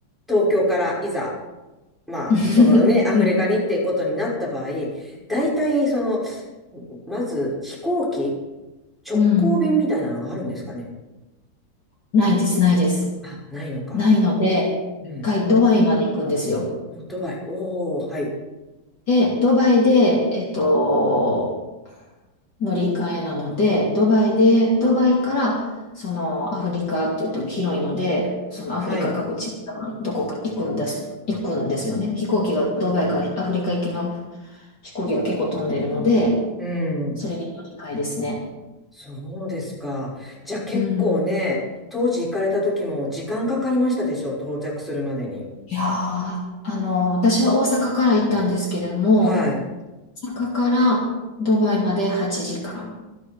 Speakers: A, in the centre; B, on the left.
A: 東京からいざまあ、
B: <laughs>
A: そのね、アフリカにってことになった場合、大体、その、まず飛行機、直行便みたいなのがあるんですかね。
B: うん。ないです、ないです。
A: あ、ないのか。
B: ないので、
A: うん。
B: 一回ドバイまで行くんですよ。
A: オートバイ。おー、はい。
B: で、ドバイで、えっと、乗り換えなので、ドバイで、ドバイから、そのアフリカって言っても広いので、そのアフリカ各地、
A: はい。
B: どこか行くんです、行くんですよね。飛行機が、ドバイからアフリカ行きの飛行機が結構飛んでるので、
A: うん。
B: それに乗り換えですね。
A: そうですか。じゃあ結構ね、
B: うん。
A: 当時行かれた時も時間かかりましたでしょう、到着するまでに。
B: いやー、あの、私は大阪から行ったんですけれども、
A: はい。
B: 大阪からドバイまで8時間。